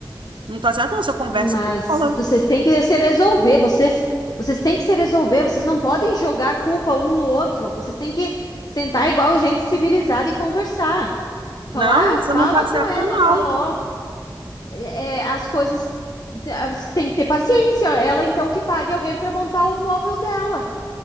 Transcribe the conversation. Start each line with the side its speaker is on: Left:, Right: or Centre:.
Right: Não tá certo, não. Você conversa
Left: Mas
Right: com ela.
Left: vocês têm que se resolver, vocês, vocês têm que se resolver, vocês não podem jogar a culpa um no outro. Vocês têm que sentar igual gente civilizada e conversar. Falar,
Right: Não, isso
Left: "Ah, fala
Right: não tá certo,
Left: com ela,
Right: não.
Left: fala, ó, é- é, as coisas te- as- tem que ter paciência. Ela então que pague alguém para montar o móvel dela,